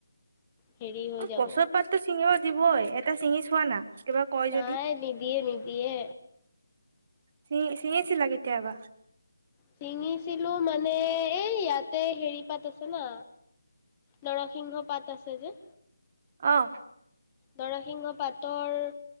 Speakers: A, on the left (about 20°); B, on the right (about 35°).
A: হেৰি হৈ
B: অ
A: যাব।
B: কচুৰ পাত তু চিঙিনৈ দিবই এটা চিঙি চোৱা না? কিবা কয়
A: নাই
B: যদি
A: নিদিয়ে নিদ দিয়ে
B: সি ছিঙিছিলা কেতিয়াবা?
A: ছিঙিছিলো মানে এই ইয়াত তাতে হেৰি পাতিছে না নৰসিংহ পাত আছে যে।
B: অহ
A: নৰসিংহ পাতৰ